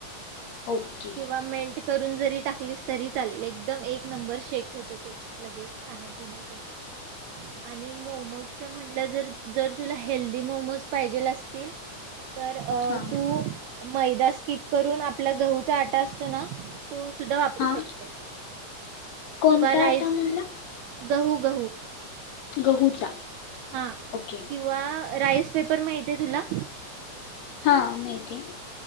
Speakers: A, on the left; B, on the right.
A: ओके
B: किंवा मेल्ट करून जरी टाक लीस तरी चालेल एकदम एक नंबर शेक होतो तो लगेच खाण्यापिण्यासाठी. आणि मोमोजचं म्हटलं जर जर तुला हेल्दी मोमोज पाहिजेल असतील तर अ
A: हां
B: <unintelligible> अ मैदा स्किप करून आपल्या गहूचा आटा असतो ना तो सुद्धा वापरू
A: हां
B: शकतेस.
A: कोणता
B: किंवा राईस
A: आटा म्हणला
B: गहू गहू.
A: गहूचा.
B: हां
A: ओके
B: किंवा राईस पेपर माहिती आहे तुला?
A: हा माहिती आहे.